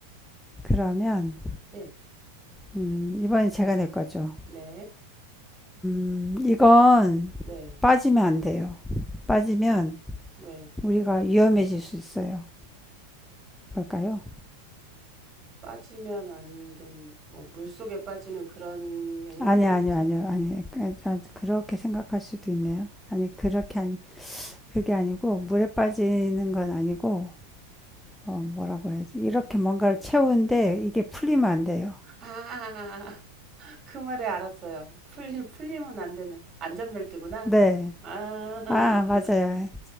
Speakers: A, in the centre; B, on the right.
A: 그러면
B: 네,
A: 음, 이번엔 제가 낼 거죠.
B: 네,
A: 음, 이건
B: 네,
A: 빠지면 안 돼요. 빠지면
B: 네.
A: 우리가 위험해질 수 있어요. 볼까요
B: 빠지면 안 된, 뭐, 물 속에 빠지는 그런 개념은
A: 아니
B: 아니죠.
A: 아니요 아니요 아니 요 그렇게 생각할 수도 있네요. 아니 그렇게 아니 그게 아니고 물에 빠지는 건 아니고 어, 뭐라고 해야지 이렇게 뭔가를 채우는데 이게 풀리면 안 돼요.
B: 아, 아, 아, 아, 그 말에 알았어요. 풀리, 풀리면 안 되는, 안전벨트구나.
A: 네.
B: 아, <laughs>
A: 아, 맞아요.